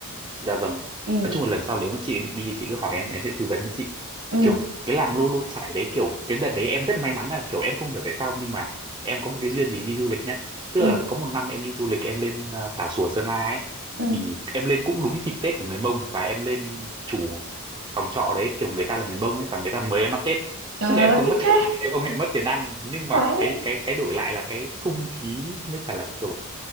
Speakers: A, on the right; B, on the right.
A: Dạ vâng.
B: ừ
A: Nói chung là lần sau nếu mà chị định đi chị cứ hỏi em em sẽ tư vấn cho chị.
B: ừ
A: Kiểu cái làng Lu Lu Chải đấy kiểu cái đợt đấy em rất may mắn là kiểu em không hiểu tại sao nhưng mà em có một cái duyên gì đi du lịch nhá. Tức
B: ừ
A: là có một năm em đi du lịch em lên à, Tà Xùa Sơn La ấy
B: ừ
A: thì em lên cũng đúng dịp Tết của người Mông và em lên chủ phòng trọ đấy kiểu người ta là người Mông ấy và người ta mời em ăn Tết.
B: trời
A: Tức là em
B: ơi
A: không
B: thích
A: mất <laughs>
B: thế
A: em không hề mất tiền ăn nhưng mà
B: khoái
A: cái
B: vậy
A: cái cái đổi lại là cái không khí với cả là kiểu